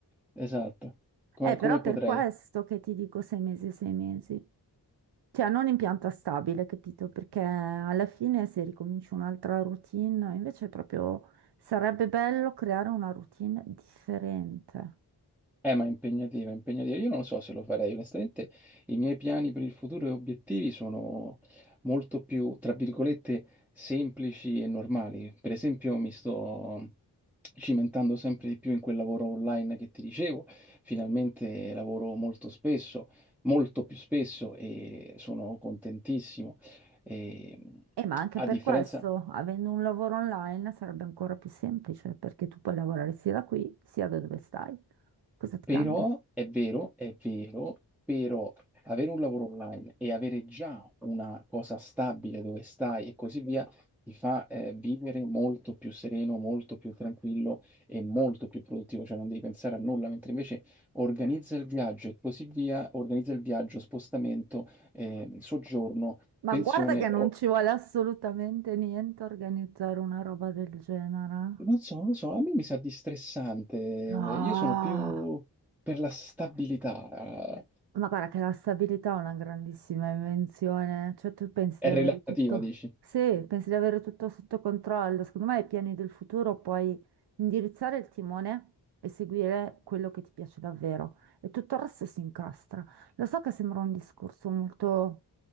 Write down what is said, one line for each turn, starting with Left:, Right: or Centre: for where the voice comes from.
Centre: Esatto, come,
Right: Eh, però
Centre: come
Right: per
Centre: potrei?
Right: questo che ti dico sei mesi, sei mesi. Cioè, non in pianta stabile, capito? Perché alla fine se ricominci un'altra routine, invece proprio sarebbe bello creare una routine differente.
Centre: Eh, ma è impegnativa, è impegnativa. Io non lo so se lo farei, onestamente i miei piani per il futuro e obiettivi sono molto più, tra virgolette, semplici e normali. Per esempio, mi sto cimentando sempre di più in quel lavoro online che ti dicevo. Finalmente lavoro molto spesso, molto più spesso e sono contentissimo. E,
Right: E ma anche
Centre: a
Right: per
Centre: differenza...
Right: questo, avendo un lavoro online, sarebbe ancora più semplice, perché tu puoi lavorare sia da qui, sia da dove stai. Cosa ti
Centre: Però
Right: cambia?
Centre: è vero, è vero, però avere un lavoro online e avere già una cosa stabile dove stai e così via ti fa eh, vivere molto più sereno, molto più tranquillo e molto più produttivo, cioè non devi pensare a nulla, mentre invece organizza il viaggio e così via, organizza il viaggio, spostamento, eh, soggiorno,
Right: Ma
Centre: pensione,
Right: guarda che non
Centre: o-
Right: ci vuole assolutamente niente a organizzare una roba del genere.
Centre: non so, non so, a me mi sa di stressante, io
Right: No.
Centre: sono più per la stabilità, eh,
Right: Ma guarda che la stabilità è una grandissima invenzione, cioè tu pensi
Centre: è
Right: di
Centre: relativa,
Right: avere tutto,
Centre: dici?
Right: sì, pensi di avere tutto sotto controllo, secondo me ai piani del futuro puoi indirizzare il timone e seguire quello che ti piace davvero e tutto il resto si incastra. Lo so che sembra un discorso molto,